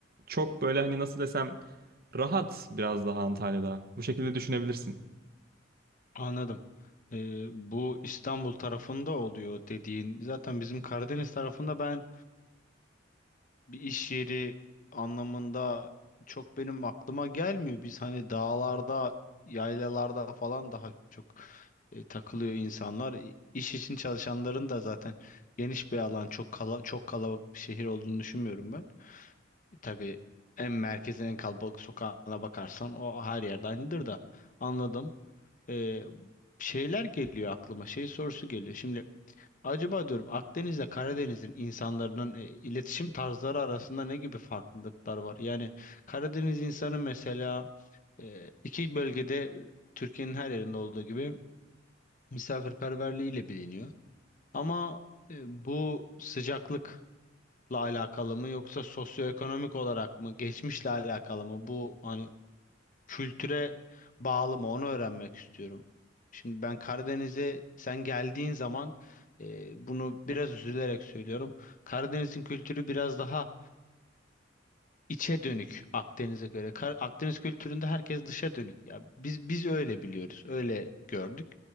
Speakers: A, on the right (about 50°); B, on the left (about 45°).
A: çok böyle hani nasıl desem rahat biraz daha Antalya'da. Bu şekilde düşünebilirsin.
B: Anladım. Ee, bu İstanbul tarafında oluyor dediğin. Zaten bizim Karadeniz tarafında ben bir iş yeri anlamında çok benim aklıma gelmiyor. Biz hani dağlarda, yaylalarda falan daha çok e, takılıyor insanlar. İ- İş için çalışanların da zaten geniş bir alan, çok kala, çok kalabalık bir şehir olduğunu düşünmüyorum ben. E, tabii en merkezin en kalabalık sokağına bakarsan o her yerde aynıdır da anladım. E, şeyler geliyor aklıma, şey sorusu geliyor. Şimdi Acaba diyorum Akdeniz'le Karadeniz'in insanların e, iletişim tarzları arasında ne gibi farklılıklar var? Yani Karadeniz insanı mesela e, iki bölgede Türkiye'nin her yerinde olduğu gibi misafirperverliğiyle biliniyor. Ama e, bu sıcaklıkla alakalı mı yoksa sosyoekonomik olarak mı geçmişle alakalı mı? Bu hani kültüre bağlı mı onu öğrenmek istiyorum. Şimdi ben Karadeniz'e sen geldiğin zaman e, bunu biraz üzülerek söylüyorum. Karadeniz'in kültürü biraz daha içe dönük Akdeniz'e göre. Kar- Akdeniz kültüründe herkes dışa dönük. Ya biz biz öyle biliyoruz, öyle gördük.